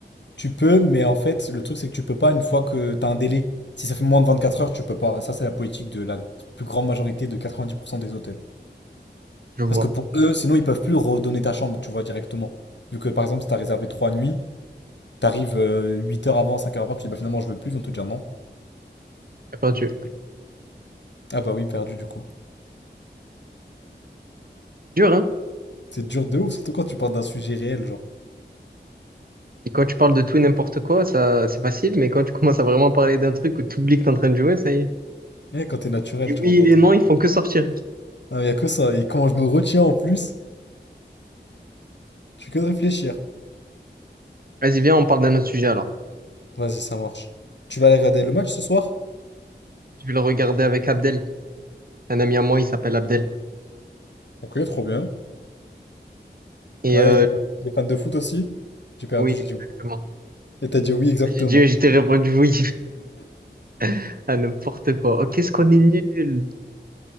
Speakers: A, on the left; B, on the right.
A: Tu peux, mais en fait, le truc, c'est que tu peux pas une fois que t'as un délai. Si ça fait moins de 24 heures, tu peux pas. Ça, c'est la politique de la plus grande majorité de 90% des hôtels.
B: Je vois.
A: Parce que pour eux, sinon, ils peuvent plus redonner ta chambre, tu vois, directement. Vu que, par exemple, si t'as réservé 3 nuits, t'arrives euh, 8 heures avant, 5 heures avant, tu dis, bah finalement, je veux plus, ils vont te dire non.
B: J'ai perdu.
A: Ah bah oui, perdu, du coup.
B: C'est dur, hein?
A: C'est dur de ouf, surtout quand tu parles d'un sujet réel, genre.
B: Et quand tu parles de tout et n'importe quoi, ça, c'est facile. Mais quand tu commences à vraiment parler d'un truc où tu oublies que t'es en train de jouer, ça y est.
A: Eh, quand t'es naturel,
B: Et oui,
A: tu rentres
B: et
A: dans
B: les
A: ton...
B: noms, ils font que sortir.
A: Ah, y a que ça. Et quand je me retiens en plus, tu fais que de réfléchir.
B: Vas-y, viens, on parle d'un autre sujet alors.
A: Vas-y, ça marche. Tu vas aller regarder le match ce soir?
B: Je vais le regarder avec Abdel. Un ami à moi, il s'appelle Abdel.
A: Ok, trop bien.
B: Et
A: Ouais,
B: euh,
A: il est fan, il est fan de foot aussi? J'ai perdu,
B: oui,
A: j'ai
B: exactement.
A: dit oui. Et t'as dit oui, exactement.
B: J'ai dit, j'ai répondu oui <laughs> à n'importe quoi. Oh, qu'est-ce qu'on est nul.